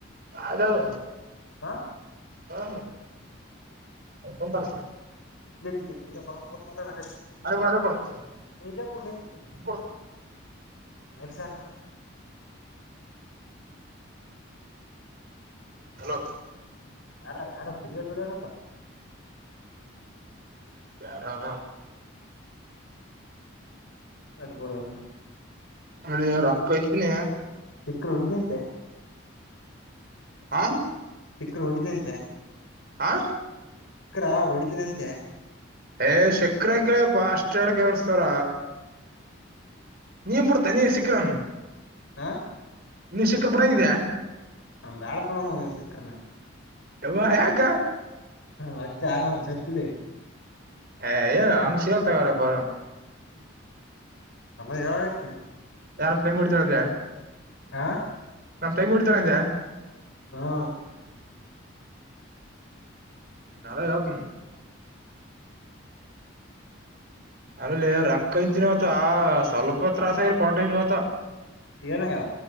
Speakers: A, on the right; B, on the left.
A: ಅದಾವ
B: ಹಾ
A: ಹಾ ಹ್ಮಂತರ
B: ಕ್ಕ ಬ ಬದ ಮಾತ ರಾ
A: ಅಲ್ಲೇ ಕೊಡು ಅಲ್ಲೇ ಕೊಡು
B: ನೀಲ ಪುಣಿ ಮುಖ <unintelligible>
A: ಕೊಡು
B: ಮಡಸನ್ <unintelligible>
A: ಹಲೋ
B: ಯಾರ ಯಾರ ಸಿಗ್ರೇಟ್ಗಳಡನತ್ತಾರ <inaudible>
A: ಯಾರ
B: ಅಟ ಬಡ ಮಾ
A: ಅದ ರೊಕ್ಕ ಇ್ದನ
B: ಕ್ಕೋಳ ದಂಂತೆ <unintelligible>
A: ಆ
B: ಸಿಕ್ಕರು ಹೊಡಿದ್ದಂತೆ
A: ಆ
B: ಅ ಹೊಡಿತಿನಂತೆ
A: ಏ ಶಕ್ರಂಗ ಕ್ಯಪ್ಪಾ ಅಷ್ಟ ಎಳ್ ಕಳ್ಸ್ತಾರ ನೀ ಬಿೂಡ ತನಿಯ ಸಕ್ಕರ್ಣ
B: ಹಾ
A: ನಿ ಶಖರ್ ಬಿಡಾಂಗಿದ್ಯಾಾ
B: ನ ಬ್ಯಾಳಪನದ ಸಕ್ಕರ್ನ
A: ಎ ಯಕ
B: ಹಾ ಮತ್ತೆ ಆರಾಮ್ ಸಪ್ಪಿದೆ <unintelligible>
A: ಹ ಏ ಹಂಗಷಾ ತಗಾರಪ್ಪ
B: ಅಲ್ಲ ಈಳಾಗಯತನ
A: ಯಾರ ತೆಂಗುಡತರದ
B: ಹಾ
A: ನಾನ್ ತೆಂಗು ಹೋಡ್ತಾರ ಅಂದೆ
B: ಹಾ
A: ನಳ ಯತು ಅಮಲೆ ರೊಕ್ಕ ಅಂತನ್ ಅವತ್ತ ಸ್ವಲ್ಪ ತತ್ರಾಸ ಆಗಲ್ ಕ್ವಾಟ್ರೆ ಆವತ್ತ
B: ಏನಯ್ಯಾವ